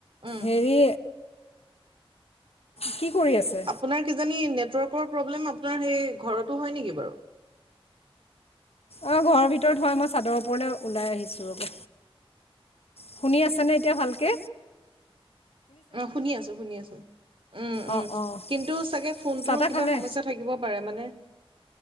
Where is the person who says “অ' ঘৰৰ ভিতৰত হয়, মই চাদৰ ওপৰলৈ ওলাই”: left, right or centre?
Left